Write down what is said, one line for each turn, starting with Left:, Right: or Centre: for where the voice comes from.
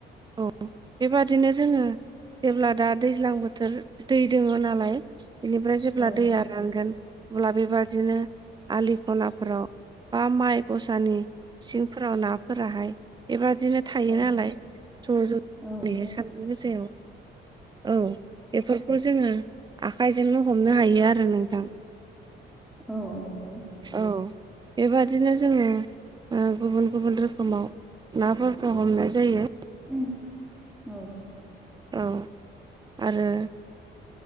Right: औ बेबादिनो जोङो जेब्ला दा दैज्लां बोथोर दै दोङ नालाय बेनिफ्राय जेब्ला
Centre: औ
Right: दैया रानगोन अब्ला बेबादिनो आलि खनाफोराव बा माइ गसानि सिंफोराव नाफोराहाय बेबादिनो थायो
Centre: औ
Right: नालाय ज' ज'रैहाय
Centre: औ
Right: सानदुं गोसायाव औ बेफोर खौ जोङो आखाइजोंनो हमनो हायो आरो नोंथां।
Centre: औ नंगौ।
Right: औ। बेबादिनो जोङो ओ गुबुन गुबुन रोखोमाव नाफोरखौ हमनाय जायो।
Centre: ओम औ।
Right: औ आरो